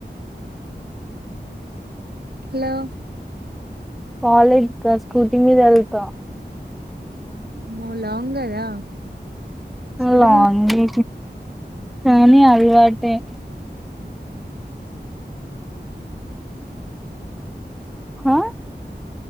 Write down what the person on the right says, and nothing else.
hello
మో లాంగ్ కదా సుడి
గు